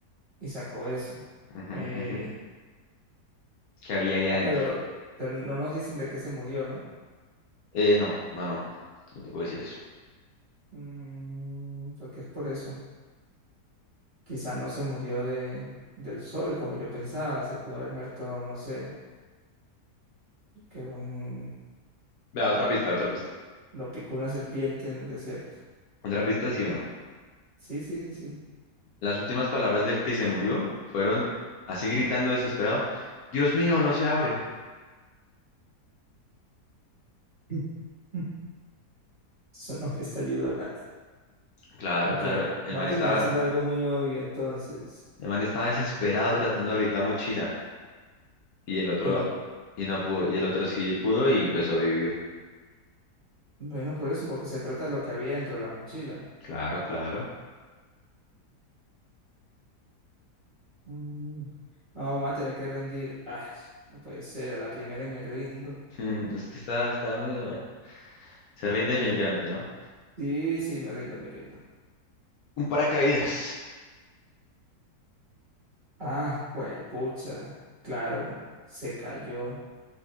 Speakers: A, on the right (about 30°); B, on the left (about 70°).
A: y sacó eso.
B: Ujú,
A: Eh,
B: ujú. ¿Qué había ahí adentro?
A: ah, pero, pero no nos dicen de qué se murió, ¿no?
B: Eh, no, no, no. No te puedo decir eso.
A: Mm, porque es por eso. Quizá no se murió de, del sol, como yo pensaba, se pudo haber muerto, no sé, que un
B: Vea, otra pista, otra pista.
A: Lo picó una serpiente en el desierto.
B: Otra pista, sí o no.
A: Sí, sí, sí.
B: Las últimas palabras del que se murió fueron así gritando desesperado, Dios mío, no se abre.
A: <laughs> Eso no me está ayudando.
B: Claro,
A: Ok,
B: claro. El
A: va
B: man
A: a terminar
B: estaba,
A: siendo algo muy obvio entonces.
B: el man estaba desesperado tratando de abrir la mochila y el otro,
A: Y no,
B: y no pudo, y el otro sí pudo y pues sobrevivió.
A: bueno, por eso, porque se trata de lo que había dentro de la mochila.
B: Claro, claro.
A: Mm, No, va a tener que rendir. Ah, no puede ser, a la primera y me rindo.
B: <laughs> Mm, Es que está, está medio bueno. Se rinde definitivamente, ¿no?
A: Sí, sí, me rindo, me rindo.
B: Un paracaídas.
A: Ah, pucha, claro, se cayó.